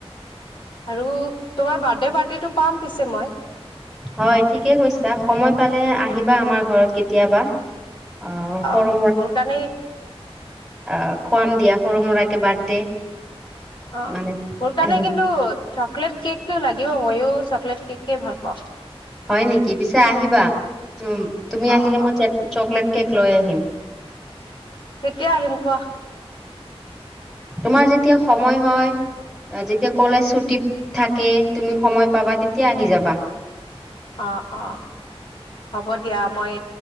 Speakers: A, on the left; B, in the centre.
A: আৰু, তোমাৰ বাৰ্থডে পাৰ্টিটো পাম পিছে মই।
B: হয় ঠিকে কৈছা, সময় পালে আহিবা আমাৰ ঘৰত কেতিয়াবা। অ সৰু
A: অ' মোৰ কাৰণে
B: অ' খুৱাম দিয়া সৰু সুৰাকে বাৰ্থডে।
A: অ'
B: মানে
A: মোৰ কাৰনে
B: হেৰি
A: কিন্তু চকলেট কেক টো লাগিব কিন্তু, মইও চকলেট কেক ভাল পাওঁ।
B: হয় নেকি, পিছে আহিবা। তুমি
A: অ
B: আহিলে মই
A: অ
B: চকলেট কেক লৈ আহিম।
A: কেতিয়া আহিম কোৱা।
B: তোমাৰ যেতিয়া সময় হয়, যেতিয়া কলেজ ছুটি থাকে তুমি সময় পাবা, তেতিয়া আহি যাবা।
A: অ' অ' হ'ব দিয়া, মই